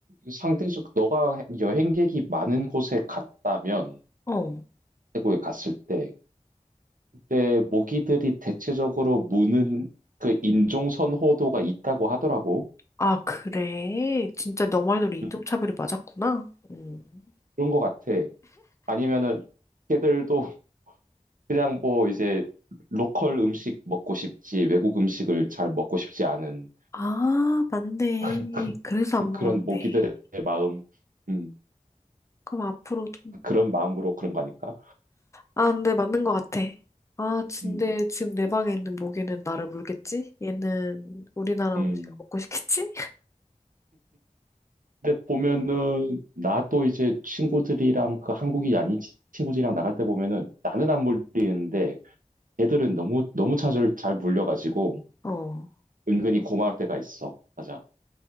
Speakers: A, on the right; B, on the left.
A: 상대적, 너가 여행객이 많은 곳에 갔다면,
B: 어.
A: 태국에 갔을 때, 근데 모기들이 대체적으로 무는 그 인종 선호도가 있다고 하더라고.
B: 아, 그래. 진짜 너 말대로 인종차별이
A: 음,
B: 맞았구나. 음.
A: 그런 것 같아. 아니면은 걔들도 <laughs> 그냥 뭐 이제 로컬 음식 먹고 싶지 외국 음식을 잘 먹고 싶지 않은
B: 아, 맞네.
A: <laughs>
B: 그래서 안
A: 그런
B: 물었네.
A: 모기들의 마음, 음,
B: 그럼 앞으로도.
A: 그런 마음으로 그런 거 아닐까?
B: 아, 근데 맞는 것 같아. 아, 근데
A: 음,
B: 지금 내 방에 있는 모기는 나를 물겠지? 얘는 우리나라
A: 음.
B: 음식 먹고 싶겠지?
A: 근데 보면은 나도 이제 친구들이랑 그 한국이 아닌 치- 친구들이랑 나갈 때 보면은 나는 안 물리는데 걔들은 너무 너무 잘, 잘 물려가지고
B: 어.
A: 은근히 고마울 때가 있어. 맞아.